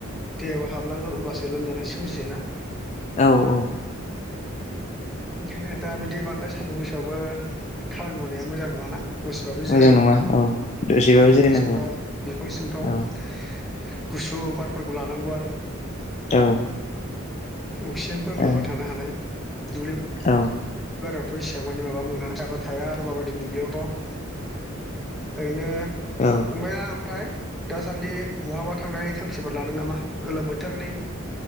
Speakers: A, in the centre; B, on the left (about 35°).
A: देहायाव हाबलांगोन अब्लासो लोमजानाय सोमजियोना।
B: औ औ
A: ओंखायनो दा बिदि बांद्राय सान्दुं गोसोआवबो खामानि मावनाया मोजां नङाना दसेबाबो
B: मोजां
A: जिरायनांगौ
B: नङा औ दसेबाबो
A: बिफांसिमफ्राव
B: जिरायनांगौ
A: बिफांसिमफ्राव
B: औ
A: गुसु बारफोरखौ लानांगौ आरो।
B: औ
A: अक्सिजेनफोरखौ
B: औ
A: लाबाय थानो हानाय दुब्लियाव
B: औ
A: बारियावथ' इसेबां मदि माबा मोनाना सायाफोर थाया सोरबाबायदिनो दुब्लियावथ' <unintelligible> ओरैनो
B: औ
A: फंबाया ओमफ्राय दासान्दि बहाबा थांनायनि थांखिफोर लादों नामा गोलोम बोथोरनि